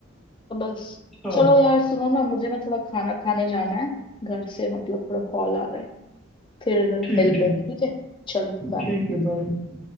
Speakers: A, on the left; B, in the centre.
A: तो बस
B: हाँ
A: चलो यार सुनो ना मुझे ना थोड़ा खाना खाने जाना है घर से मतलब थोड़ा कॉल आ रहा है फिर
B: ठीक
A: मिलते
B: है ठीक
A: हैं
B: है
A: ठीक है चलो बाय
B: ठीक है बाय